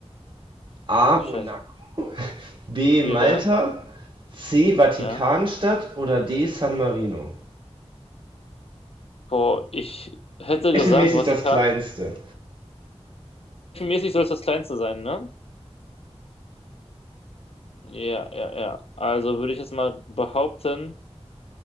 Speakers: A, on the right; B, on the left.
A: A.
B: Scheiße.
A: Monaco, B.
B: Ja,
A: Malta, C. Vatikanstadt
B: ja.
A: oder D. San Marino.
B: Boah, ich hätte
A: Flächenmäßig
B: gesagt, Vatikan.
A: das kleinste.
B: Mäßig soll es das Kleinste sein, ne? Ja, ja, ja. Also würde ich jetzt mal behaupten,